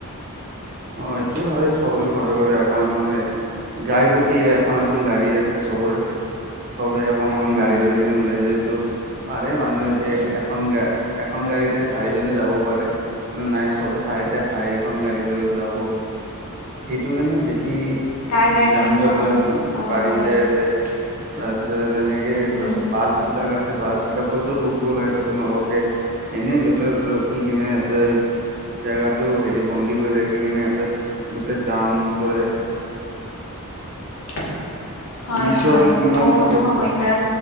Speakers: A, on the right; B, on the left.
A: অ অ এইটো হয় চবৰে ঘৰে, ঘৰে। এখন এখন গাই পতিয়ে এখন এখন গাড়ী আছে চবৰে। চবে এখন এখন
B: উম
A: গাড়ী লৈ কিনে ওলাই যায়। য'ত পাৰে মানুহে যে এখন গা এখন গাড়ীতে চাৰিজনে যাব পাৰে। কিন্তু নাই চবে চাৰিটা চাৰিখন গাড়ী লৈ ওলাব, সেইটো কাৰণে বেছি টি
B: তাৰ কাৰণে
A: যান যটন
B: অ অ
A: বাঢ়ি
B: হয়
A: যাই
B: হয়
A: আছে, তাৰপিছত তেনেকে
B: উম
A: তাৰ পিছত বাছ বিলাক আছে। বাছ বিলাকত য'ত ৰখিব লাগে তাতে নৰখে, এনেই যতে ত'তে ৰখি কেনে তাতে জেগাটো হেৰি বন্দী কৰি ৰাখি কিনে এয়াতে গোটেই জাম কৰে।
B: <inaudible> হয়
A: পুলিচৰ
B: হয়
A: আৰু কিমান
B: বহুতো
A: চাব,
B: সমস্যাৰ